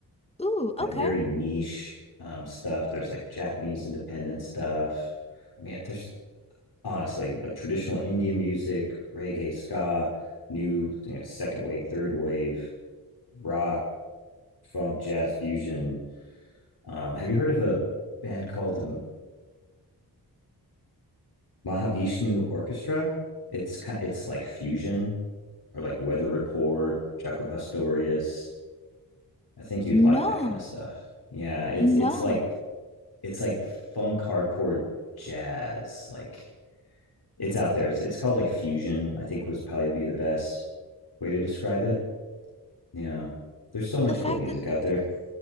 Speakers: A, on the left; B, on the left.
A: Ooh, okay.
B: like very niche um, stuff. There's like Japanese independent stuff. I mean, there's honestly like traditional Indian music, reggae, ska, new you know, second wave, third wave, rock, funk, jazz fusion. Um, have you heard of a band called the Mahavishnu Orchestra? It's kind, it's like fusion or like Weather Report, Jaco Pastorius. I think you'd like
A: No,
B: that kind of stuff. Yeah, it's
A: no.
B: it's like it's like funk hardcore jazz. Like it's out there. It's, it's called like fusion. I think was probably be the best way to describe it. Yeah, there's so much
A: The fact
B: cool music
A: that
B: out there.